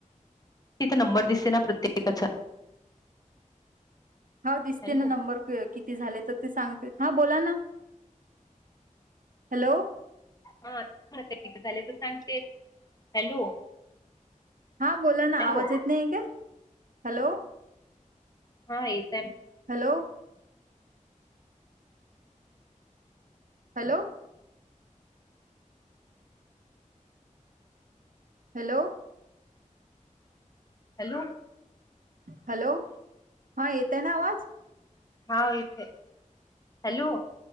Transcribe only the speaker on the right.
हाव, दिसते
ना नंबर. किती झाले तर ते सांगते. हा, बोला ना हॅलो.
हा बोला ना
आवाज येत नाहीय काय, Hello.
hello hello hello
hello हां येतं आहे नां आवांज